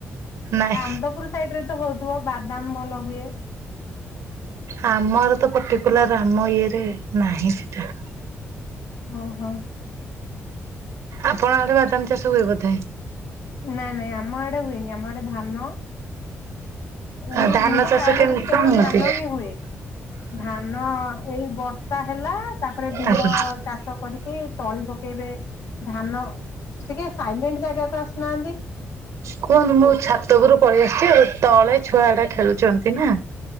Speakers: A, on the right; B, on the left.
A: ନାଇଁ
B: ଆନ୍ଦପୁର ସାଇଡରେ ତ ହଉଥିବ ବାଦାମ ଭଲ ହୁଏ।
A: ଆମର ତ ପର୍ଟିକୁଲାର ଆମ ଇଏରେ ନାହିଁ ସେଟା।
B: ଓହୋ।
A: ଆପଣ ଆଡେ ବାଦାମ ଚାଷ ହୁଏ ବୋଧେ?
B: ନାଇଁ ନାଇଁ ଆମ ଆଡେ ହୁଏନି। ଆମ ଆଡେ ଧାନ ଏ
A: ଆ ଧାନ
B: ମୁଁ ତ
A: ଚାଷ
B: ପ୍ରାୟ
A: କେମିତି
B: ଦେଖିଚି କେବଳ
A: କଣ ହୁଅନ୍ତି?
B: ଧାନ ହିଁ ହୁଏ। ଧାନ ଏଇ ବର୍ଷା ହେଲା ତାପରେ ବିଲ
A: ଆଜ୍ଞା
B: ଚାଷ କରିକି ତଳି ପକେଇବେ ଧାନ ଟିକେ ସାଇଲେଣ୍ଟ ଜାଗାକୁ ଆସ ନାହନ୍ତି।
A: କୁହନ୍ତୁ ମୁଁ ଛାତ ଉପରୁ ପଳେଇ ଆସିଛି ଆଉ ତଳେ ଛୁଆ ଟା ଖେଳୁଛନ୍ତି ନା।